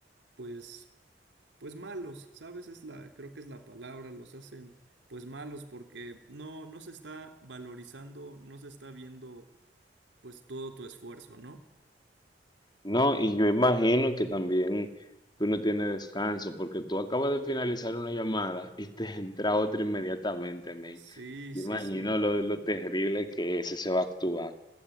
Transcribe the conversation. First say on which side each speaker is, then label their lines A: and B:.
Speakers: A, on the right; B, on the left.
A: pues pues malos, ¿sabes? Es la creo que es la palabra, los hacen pues malos porque no no se está valorizando, no se está viendo pues todo tu esfuerzo, ¿no?
B: No, y yo imagino que también tú no tienes descanso porque tú acabas de finalizar una llamada y te <laughs> entra otra inmediatamente, men.
A: Sí,
B: Yo
A: sí,
B: imagino
A: sí.
B: lo, lo terrible que ese se va a actuar.